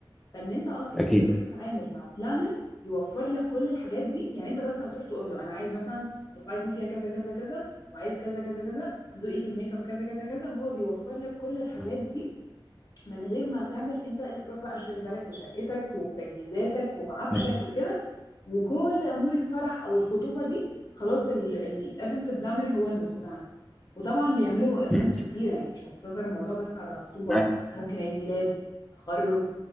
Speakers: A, on the left (about 45°); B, in the centre.
A: فان انت اصلا
B: اكيد
A: تروح تتعامل مع بلانر يوفر لك كل الحاجات دي يعني انت بس هتروح تقول له انا عايز مثلا القاعه يكون فيها كذا كذا كذا وعايز كذا كذا كذا ذوقي في الميك اب كذا كذا كذا وهو بيوفر لك كل الحاجات
B: مم.
A: دي من غير ما تعمل انت روح بقى اشغل بالك بشقتك وبتجهيزاتك وبعفشك
B: مم.
A: وكده وكل امور الفرح او الخطوبه دي خلاص الايفنت بلانر هو المسؤول عنها وطبعا بيعملوا ايفنتس
B: مم.
A: كتيره يعني مش مقتصر الموضوع بس على خطوبه
B: ما
A: افراح ممكن عيد ميلاد تخرج